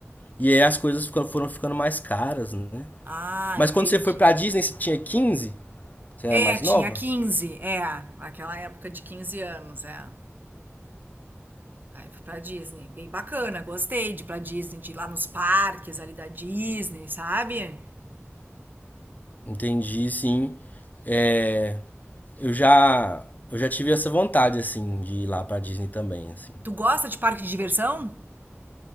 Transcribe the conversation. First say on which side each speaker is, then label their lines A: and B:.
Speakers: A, on the left; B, on the right.
A: e aí as coisas fica- foram ficando mais caras, né?
B: Ah,
A: Mas
B: entendi.
A: quando você foi pra Disney, você tinha 15? Você era
B: É,
A: mais
B: tinha
A: nova?
B: 15 é, aquela época de quinze anos, é. Aí fui pra Disney, bem bacana, gostei de ir pra Disney, de ir lá nos parques ali da Disney, sabe?
A: Entendi, sim. É, eu já, eu já tive essa vontade, assim, de ir lá pra Disney também, assim.
B: Tu gosta de parque de diversão?